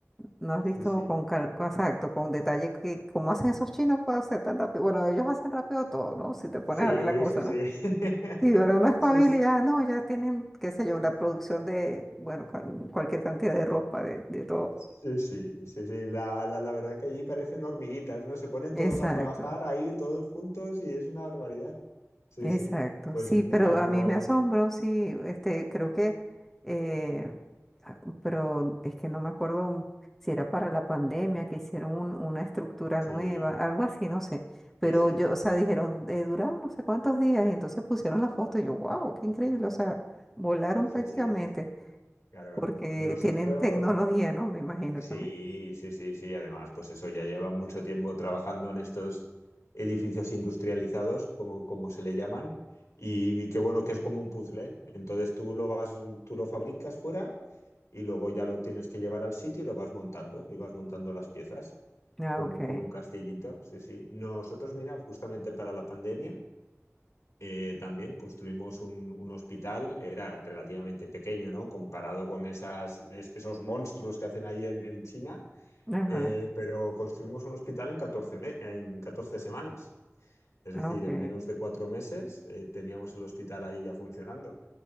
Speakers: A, in the centre; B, on the left.
A: No has
B: sí,
A: visto
B: sí.
A: con calma, exacto, con detalle que cómo hacen esos chinos para hacer tan rápido. Bueno, ellos hacen rápido todo, ¿no? Si te pones
B: Sí,
A: a ver la cosa,
B: sí, sí.
A: ¿no?
B: <laughs>
A: Sí, pero no espabila,
B: Sí, sí,
A: y ya, no, ya tienen, qué sé yo, una producción de, bueno, ca- cualquier cantidad de ropa, de, de todo.
B: sí, sí, sí, sí. La, la, la verdad que allí parecen hormiguitas, ¿no? Se ponen
A: Exacto.
B: todos a trabajar ahí, todos juntos, y es una barbaridad. Sí,
A: Exacto,
B: sí. Pues
A: sí,
B: mira,
A: pero
B: no.
A: a mí me asombró, sí, este, creo que, eh, ah, pero es que no me acuerdo si era para la pandemia que hicieron un- una estructura
B: Sí,
A: nueva, algo así, no sé, pero
B: sí, sí,
A: yo, o sea, dijeron, eh, duraron no sé cuántos días y entonces pusieron la foto y yo, wow, qué increíble, o sea, volaron
B: sí,
A: prácticamente
B: sí. Claro, claro.
A: porque
B: Nosotros.
A: tienen tecnología, ¿no? Me imagino
B: Sí,
A: también.
B: sí, sí, sí. Además, pues eso ya lleva mucho tiempo trabajando en estos edificios industrializados, como, como se le llaman, y, qué bueno que es como un puzzle. ¿eh? Entonces tú lo vas, tú lo fabricas fuera y luego ya lo tienes que llevar al sitio y lo vas montando, y vas montando las piezas
A: Ah,
B: como,
A: ok,
B: como un castillito. Sí, sí. Nosotros, mira, justamente para la pandemia. eh, también construimos un, un hospital, era relativamente pequeño, ¿no? Comparado con esas, es- esos monstruos que hacen ahí en en China
A: ajá,
B: eh, pero construimos un hospital en catorce me- en catorce semanas. Es
A: ah,
B: decir,
A: ok,
B: en menos de cuatro meses eh, teníamos el hospital ahí ya funcionando.